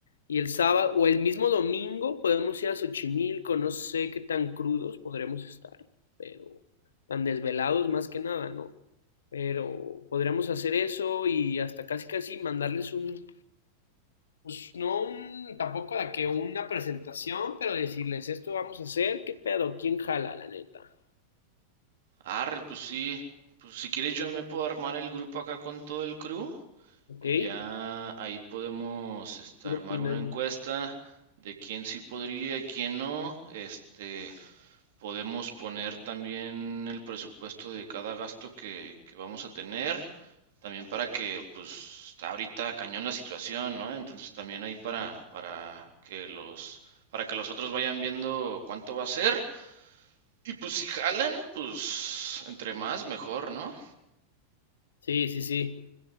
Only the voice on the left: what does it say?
Y el sábado o el mismo domingo podemos ir a Xochimilco, no sé qué tan crudos podremos estar, pero tan desvelados más que nada, ¿no? Pero podríamos hacer eso y hasta casi casi mandarles un, pues no un, tampoco de que una presentación, pero decirles esto vamos a hacer, qué pedo, quién jala, la neta.
¿Ok?
Ir
opinando.
Sí, sí, sí.